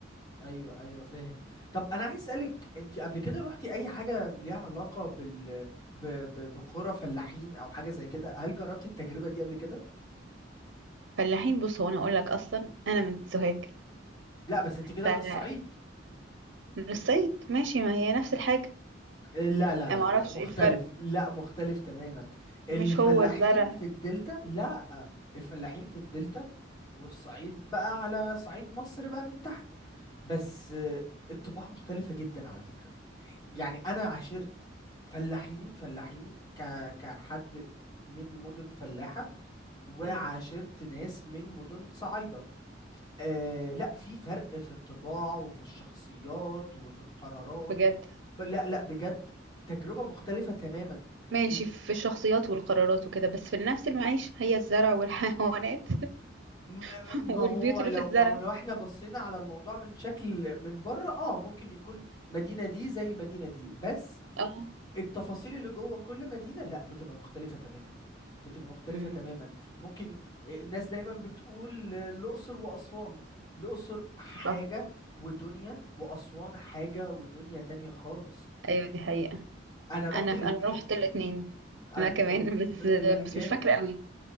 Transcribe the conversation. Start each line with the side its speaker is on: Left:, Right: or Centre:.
Left: ايوه ايوه فاهم طب انا عايز اسالك انت قبل كده روحتي اي حاجه ليها علاقه بال ب... ب... بقرى فلاحين او حاجه زي كده هل جربتي التجربه دي قبل كده
Right: فلاحين بص هو انا هقول لك اصلا انا من سوهاج
Left: لا بس انت كده
Right: فمن
Left: من الصعيد
Right: الصعيد ماشي ما هي نفس الحاجه
Left: لا لا لا
Right: انا ما
Left: لا
Right: اعرفش
Left: مختلف
Right: ايه الفرق
Left: لا مختلف تماما الفلاحين
Right: مش هو الزرع
Left: في الدلتا لا الفلاحين في الدلتا والصعيد بقى على صعيد مصر بقى من تحت بس آه، الطباع مختلفة جدا على فكرة يعني انا عاشرت فلاحين فلاحين ك كحد من مدن فلاحة وعاشرت
Right: مم.
Left: ناس من مدن صعايدة آه لا في فرق في الطباع وفي الشخصيات وفي القرارات
Right: بجد
Left: ب- لا لا بجد تجربة مختلفة تماما
Right: ماشي
Left: إن-
Right: في الشخصيات والقرارات وكده بس في نفس المعيشه هي الزرع والحيوانات
Left: م-
Right: <laughs>
Left: م-
Right: والبيوت
Left: ما هو لو
Right: اللي في الزرع
Left: ما هو لو احنا بصينا على الموضوع من شكل من بره اه ممكن يكون مدينة دي زي المدينة دي بس
Right: اه
Left: التفاصيل اللي جوه كل مدينة لا بتبقى مختلفة تماما بتبقى مختلفة
Right: امم
Left: تماما ممكن آه، الناس دايما بتقول آه، الأقصر وأسوان الأقصر حاجة
Right: صح
Left: ودنيا وأسوان حاجة ودنيا تانية خالص
Right: ايوه دي حقيقه
Left: أنا رحت
Right: انا انا
Left: الاتنين
Right: رحت الاثنين
Left: أ-
Right: انا كمان
Left: <laughs>
Right: بس
Left: لا جامد
Right: بس مش فاكره قوي